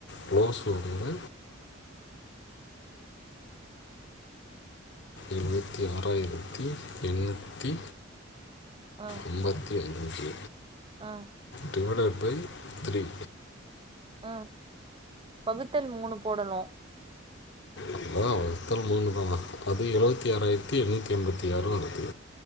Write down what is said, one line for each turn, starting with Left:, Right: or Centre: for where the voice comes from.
Left: க்ளோஸ் வந்து எழுவத்தி ஆறாயிரத்தி எண்ணூத்தி
Right: ஆ
Left: அம்பத்தி அஞ்சி
Right: ஆ
Left: டிவெடட் பை த்ரி
Right: ஆ பகுத்தல் மூணு போடணு
Left: அதா வகுத்தல் மூணுதா அது எழுவத்தி ஆறாயிரத்தி எண்ணூத்தி எண்பத்தி ஆறு வருது